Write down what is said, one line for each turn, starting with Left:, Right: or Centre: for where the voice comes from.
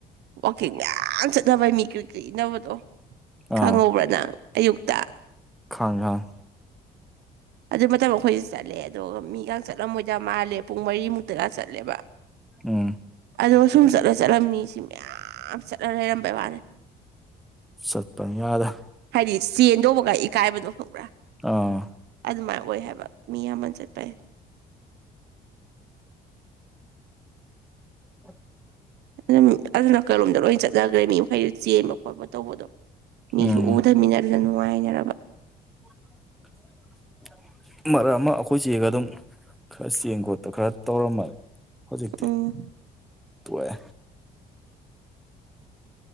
Right: ꯋꯥꯛꯀꯤꯡ ꯃꯌꯥꯝ ꯆꯠꯅꯕꯩ ꯃꯤ ꯀꯔꯤ ꯀꯔꯤ ꯏꯅꯕꯗꯣ
Centre: ꯑꯥ
Right: ꯈꯪꯍꯧꯕ꯭ꯔꯥ ꯅꯪ ꯑꯌꯨꯛꯇ
Centre: ꯈꯥꯡ ꯈꯥꯡ
Right: ꯑꯗꯨ ꯃꯇꯝ ꯑꯩꯈꯣꯏꯁꯨ ꯆꯠꯂꯦ ꯑꯗꯨꯒ ꯃꯤꯒ ꯆꯠꯂꯝꯃꯣꯏꯗ ꯃꯥꯜꯂꯦ ꯄꯨꯡ ꯃꯔꯤꯃꯨꯛꯇꯒ ꯆꯠꯂꯦꯕ
Centre: ꯑꯥ
Right: ꯗ ꯁꯨꯝ ꯆꯠꯂ ꯆꯠꯂꯝꯃꯤꯁꯤ ꯃꯌꯥꯝ ꯆꯠꯂ ꯂꯩꯔꯝꯕꯩ ꯋꯥꯅꯦ
Centre: ꯁꯠꯄꯟ ꯌꯥꯗ
Right: ꯍꯥꯏꯗꯤ ꯆꯦꯟꯗꯧꯕꯒ ꯏꯀꯥꯏꯕꯗꯣ ꯐꯪꯕ꯭ꯔꯥ
Centre: ꯑꯥ
Right: ꯑꯗꯨꯃꯥꯏꯅ ꯑꯣꯏ ꯍꯥꯏꯕ ꯃꯤ ꯑꯃ ꯆꯠꯄ
Centre: ꯎ
Right: ꯑꯗꯨꯝ ꯑꯗꯨꯅ ꯀꯔꯂꯣꯝꯗ ꯂꯣꯏ ꯆꯠꯅꯈ꯭ꯔꯦ ꯃꯤꯈꯩ ꯆꯦꯟꯕ ꯈꯣꯠꯄ ꯇꯧꯕꯗꯣ ꯃꯤꯁꯨ
Centre: ꯎꯝ
Right: ꯎꯊꯃꯤꯟꯅꯔꯒ ꯅꯨꯡꯉꯥꯏꯅꯔꯕ
Centre: <unintelligible> ꯃꯔꯛ ꯑꯃ ꯑꯩꯈꯣꯏ ꯆꯦꯒ ꯑꯗꯨꯝ ꯈꯔ ꯆꯦꯡ ꯈꯣꯠꯄ ꯈꯔ ꯇꯧꯔꯝꯃꯅꯤ ꯍꯧꯖꯤꯛꯇꯤ
Right: ꯎꯝ
Centre: ꯇꯣꯛꯑ